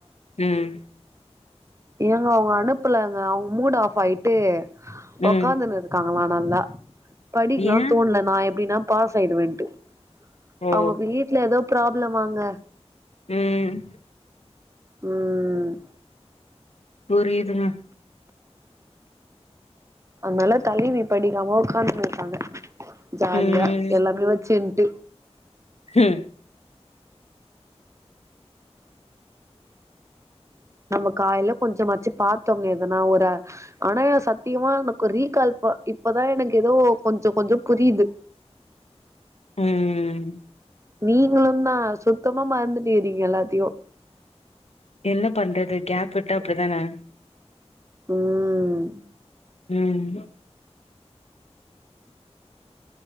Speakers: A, on the left (about 70°); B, on the right (about 25°).
A: ம்
B: ஏங்க அவங்க அனுப்பலங்க அவங்க மூட் ஆஃப் ஆயிட்டு ஒக்காந்துனு
A: ம்
B: இருக் க்காங்களா நல்லா படிக்கலா
A: ஏ
B: தோணல நா எப்டினா பாஸ் ஆயிடுவேன்ட்டு
A: ஓ
B: அவங்க வீட்ல ஏதோ ப்ராப்ளமாங்க
A: ம்
B: ம்
A: புரியுதுங்க
B: அதனால தலைவி படிக்காம ஒக்காந்துன்னு இருக்காங்க ஜாலியா
A: ம்
B: எல்லாமே வச்சுன்டு
A: ம்
B: நம்ம காலைல கொஞ்சம்மாச்சு பாத்தோமே எதனா ஒரு ஆனா சத்தியமா எனக்கு ரீகால்பா இப்பதா எனக்கு ஏதோ கொஞ்ச கொஞ்ச புரியுது
A: ம்
B: நீங்களு தா சுத்தமா மறந்துட்டிங்க நீங்க எல்லாத்தயு
A: என்ன பண்றது கேப் விட்ட அப்டிதான
B: ம்
A: ம்